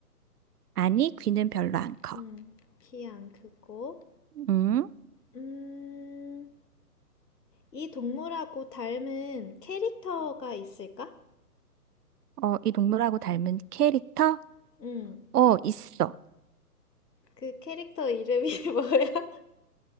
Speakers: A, on the right (about 70°); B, on the left (about 85°).
A: 아니, 귀는 별로 안 커.
B: 음, 귀 안 크고.
A: 응?
B: 음, 이 동물하고 닮은 캐릭터가 있을까?
A: 어, 이 동물하고 닮은 캐릭터?
B: 음,
A: 어, 있어.
B: 그 캐릭터 이름이 <laughs> 뭐야?